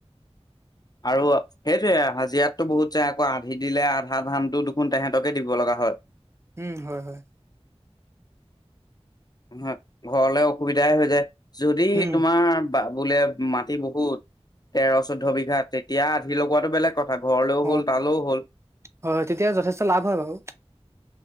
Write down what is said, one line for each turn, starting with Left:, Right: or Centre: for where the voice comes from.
Left: আৰু, সেইটোৱে হাজিৰাতটো বহুত যায়, আকৌ আধি দিলে আধা ধানতো দেখোন তেহেতকে দিব লগা হয়।
Right: উম হয় হয়।
Left: হয়, ঘৰলে অসুবিধাই হৈ যায়। যদি
Right: উম
Left: তোমাৰ বা বোলে মাটি বহুত, তেৰ চৈধ্য বিঘা তেতিয়া আধি লগোৱাাতটো বেলেগ। কথা ঘৰলেও
Right: অ
Left: হ'ল, তালেও হ'ল।
Right: হয় হয়, তেতিয়া যথেষ্ট লাভ হয় বাৰু।